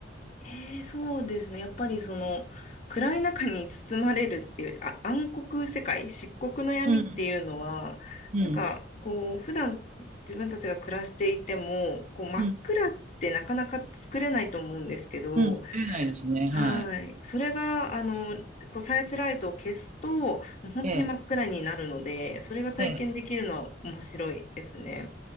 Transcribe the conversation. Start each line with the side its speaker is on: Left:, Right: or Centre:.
Left: ええ、そうですね。やっぱりその暗い中に包まれるっていう、あ、暗黒世界、漆黒の闇っていうのは、
Right: うん、うん、
Left: なんかこう、普段自分たちが暮らしていても、こう真っ暗ってなかなか作れないと思うんですけど、
Right: うん、うん。出ないですね。はい。
Left: はい。それが、あの、こう、サーチライトを消すと、もう本当に真っ暗になるので、
Right: ええ、
Left: それが体験できるのは面白いですね。
Right: ええ、